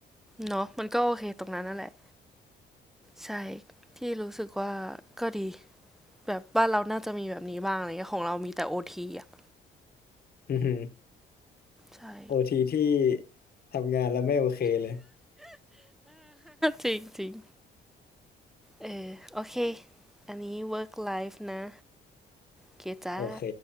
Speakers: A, in the centre; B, on the left.
A: เนาะมันก็โอเคตรงนั้นนั่นแหละใช่ที่รู้สึกว่าก็ดีแบบบ้านเราน่าจะมีแบบนี้บ้างอะไรเงี้ยของเรามีแต่โอทีอ่ะ
B: <laughs> อือหือ
A: ใช่
B: โอทีที่ทำงานแล้วไม่โอเคเลย
A: จริงจริงเออโอเค อันนี้ work life นะเกจ้า
B: โอเค